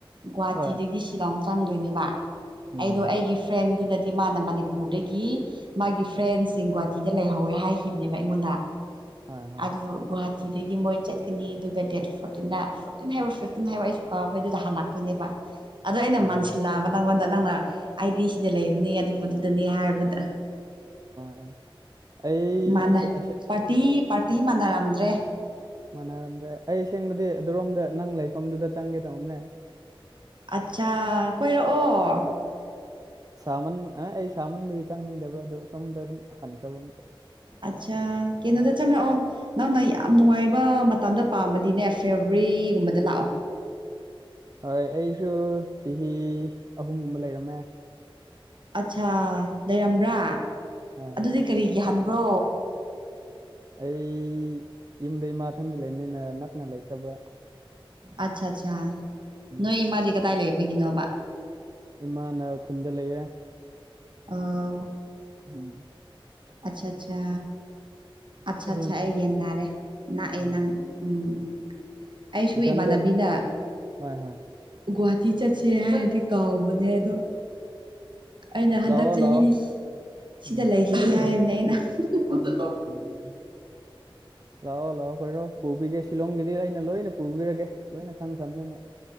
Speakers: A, on the right; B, on the right.
A: ꯒꯨꯍꯥꯇꯤꯗꯒꯤ
B: ꯍꯣꯏ
A: ꯁꯤꯂꯣꯡ ꯆꯪꯗꯣꯏꯅꯦꯕ
B: ꯎꯝ
A: ꯑꯩꯗꯣ ꯑꯩꯒꯤ ꯐ꯭ꯔꯦꯟꯗꯨꯅꯗꯤ ꯗꯤ ꯃꯥꯅ ꯃꯅꯤꯄꯨꯔꯗꯒꯤ ꯃꯥꯒꯤ ꯐ꯭ꯔꯦꯟꯁꯤꯡ ꯒꯨꯍꯥꯇꯤꯗ ꯂꯩꯍꯧꯋꯦ ꯍꯥꯏꯈꯤꯕꯅꯦꯕ ꯑꯩꯉꯣꯟꯗ
B: ꯍꯣꯏ ꯍꯣꯏ
A: ꯑꯗꯨꯗ ꯒꯋꯥꯍꯥꯇꯤ ꯇꯤꯗꯒꯤ ꯃꯣꯏ ꯆꯠꯀꯅꯤ ꯑꯗꯨꯒ ꯗꯦꯠ ꯇꯤꯗꯒꯤ ꯃꯣꯏ ꯆꯠꯀꯅꯤ ꯗꯨꯒꯥ ꯗꯦꯠ ꯐꯣꯔꯇꯤꯟꯗ ꯐꯣꯔꯇꯤꯟ ꯍꯥꯏꯕꯣ ꯐꯤꯐꯇꯤꯟ ꯍꯥꯏꯕꯔꯣ ꯑꯩꯁꯨ ꯀꯥꯎꯔꯈꯦ ꯑꯗꯨꯗ ꯍꯥꯟꯂꯛꯇꯣꯏ ꯅꯦꯕ ꯂꯥꯛꯇꯣꯏꯅꯦꯕ ꯑꯗꯣ ꯑꯩꯅ
B: ꯍꯣꯏ
A: ꯃꯟꯁꯤꯜꯂꯛꯑꯕ ꯅꯪꯉꯣꯟꯗ ꯅꯪꯅ ꯑꯩꯗꯤ ꯁꯤꯗ ꯂꯩꯕꯅꯦ ꯑꯗꯨꯗꯨꯗꯅꯦ ꯍꯥꯏꯕꯗ
B: ꯍꯣꯏ ꯑꯩꯁꯦ
A: ꯃꯥꯅ
B: ꯑꯁꯦ
A: ꯐꯇꯤ ꯃꯥꯟꯅꯔꯝꯗ꯭ꯔꯦ
B: ꯃꯥꯟꯅꯔꯝꯗ꯭ꯔꯦ ꯑꯩꯑꯁꯦꯡꯕꯗꯤ ꯑꯗꯨꯔꯣꯝꯗ ꯅꯪ ꯂꯩꯐꯝꯗꯨꯗ ꯆꯪꯒꯦꯗꯧꯅꯦ
A: ꯑꯠꯆꯥ ꯀꯣꯏꯔꯛꯑꯣ
B: ꯁꯥꯃꯟ ꯑꯩ ꯁꯥꯃꯟꯕꯒꯤ ꯆꯪꯅꯤꯡꯗꯕ ꯑꯗꯣ ꯁꯣꯝꯗ ꯑꯗꯨꯝ ꯍꯟꯈ꯭ꯔꯕ ꯑꯃꯨꯛ
A: ꯑꯠꯆꯥ ꯀꯩꯅꯣꯗ ꯆꯪꯉꯛꯑꯣ ꯅꯪꯅ ꯌꯥꯝ ꯅꯨꯡꯉꯥꯏꯕ ꯃꯇꯝꯗ ꯄꯥꯝꯃꯗꯤꯅꯦ ꯐꯦꯕꯔꯤꯒꯨꯝꯕꯗ ꯂꯥꯛꯑꯣ
B: ꯍꯣꯏ ꯑꯩꯁꯨ ꯆꯍꯤ ꯑꯍꯨꯝꯒꯨꯝꯕ ꯂꯩꯔꯝꯃꯦ
A: ꯑꯠꯆꯥꯥ ꯂꯩꯔꯝꯕ꯭ꯔꯥ
B: ꯍꯣꯏ
A: ꯑꯗꯨꯗꯤ ꯀꯔꯤ ꯌꯥꯍꯟꯕ꯭ꯔꯣ
B: ꯑꯩ ꯌꯨꯝꯗ ꯏꯃꯥ ꯏꯊꯟꯗ ꯂꯩꯕꯅꯤꯅ ꯅꯛꯅ ꯂꯩꯈ꯭ꯔꯕ
A: ꯑꯠꯆꯥ ꯑꯆꯥ
B: ꯎꯝ
A: ꯅꯣꯏ ꯏꯃꯥꯗꯤ ꯀꯗꯥꯏ ꯂꯩꯕꯒꯤꯅꯣꯕ
B: ꯏꯃꯥꯅ ꯈꯨꯟꯗ ꯂꯩꯌꯦꯦ
A: ꯑꯣ
B: ꯎꯝ
A: ꯑꯆꯥ ꯑꯆꯥ ꯑꯠꯆꯥ
B: ꯑ
A: ꯑꯠꯆꯥꯥ ꯑꯩ ꯒ꯭ꯌꯥꯟ ꯇꯥꯔꯦ ꯂꯅꯥꯥꯛꯑꯦ
B: ꯎꯝ
A: ꯅꯪ ꯎꯝ ꯑꯩꯁꯨ
B: ꯏꯊꯟꯗ
A: ꯏꯃꯥꯟꯅꯕꯤꯅ
B: ꯍꯣꯏ ꯍꯣꯏ
A: ꯒꯨꯍꯥꯇꯤ ꯆꯠꯁꯦ ꯍꯥꯏꯔꯗꯤ ꯀꯥꯎꯕꯅꯦ ꯑꯗꯣ ꯑꯩꯅ ꯍꯟꯗꯛ
B: ꯂꯥꯛꯑꯣ
A: ꯆꯍꯤꯅꯤ
B: ꯂꯥꯛꯑꯣ
A: ꯁꯤꯗ
B: ꯎꯝ
A: ꯂꯩꯈꯤꯗꯦ ꯍꯥꯏꯕꯅꯦ ꯑꯩꯅ ꯍꯤꯍꯤꯍꯤ
B: ꯎꯝ ꯂꯥꯛꯑꯣ ꯂꯥꯛꯑꯣ ꯀꯣꯏꯔꯣ ꯄꯨꯕꯤꯒꯦ ꯁꯤꯂꯣꯡꯒꯤꯗꯤ ꯑꯩꯅ ꯂꯣꯏꯅ ꯄꯨꯕꯤꯔꯒꯦ ꯂꯣꯏꯅ ꯈꯪꯈ꯭ꯔꯕꯅꯤꯅꯥ